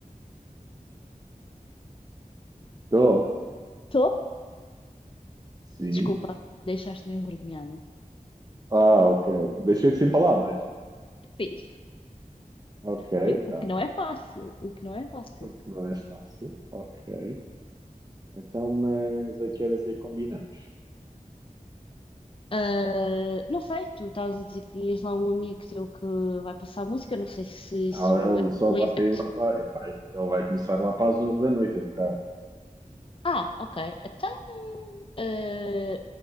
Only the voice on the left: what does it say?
estou,
Desculpa, deixaste-me envergonhado.
Sim.
O que, o
que não é fácil. O que não é fácil.
Ah, não sei, tu estavas a dizer que ias lá um amigo teu que vai passar música, não sei se isso
é
um
evento.
Ah, ok. Então, ah,